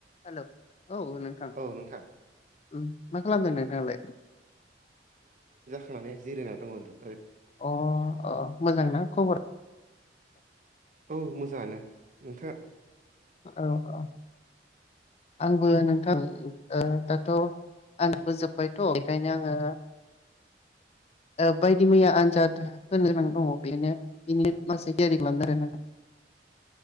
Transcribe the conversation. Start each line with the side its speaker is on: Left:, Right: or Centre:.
Left: Hello औ नोंथां
Right: औ नोंथां
Left: उम मा खालामदों नोंथाङालाय?
Right: जिरायनानै दङ ओैनो
Left: अ अ मोजांना खबर
Right: औ मोजाङानो नोंथां
Left: औ औ आंबो नोंथां ओ दाथ' आंनबोजोब्बायथ' बेखायनो आङो बायदि मैया आनजाद होनो गोनां दङ बेनो बिनि माखासे थियारि खालामदों आरोना